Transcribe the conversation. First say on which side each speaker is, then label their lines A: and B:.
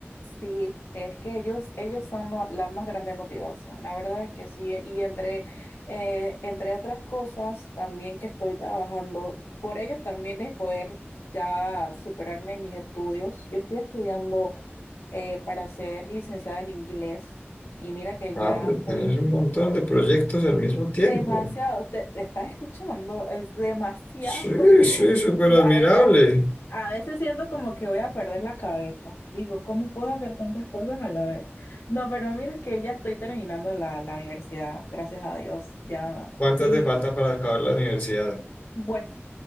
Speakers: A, on the left; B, on the left.
A: Sí, es que ellos, ellos son lo- la más grande motivación, la verdad es que sí. Y entre, eh, entre otras cosas, también que estoy trabajando por ellos también es poder ya superarme en mis estudios. Yo estoy estudiando eh, para ser licenciada en inglés. Y mira que
B: Ah,
A: ya
B: pero
A: estoy
B: tenés un montón de proyectos
A: sí,
B: al mismo tiempo.
A: demasiado, te, te estás escuchando, es demasiado.
B: Sí,
A: <laughs>
B: sí, súper admirable.
A: A veces, a veces siento como que voy a perder la cabeza. Digo, ¿cómo puedo hacer tantas cosas a la vez? No, pero mira que ya estoy terminando la, la universidad, gracias a Dios. Ya
B: ¿Cuántas
A: estoy
B: te falta para acabar la universidad?
A: Pues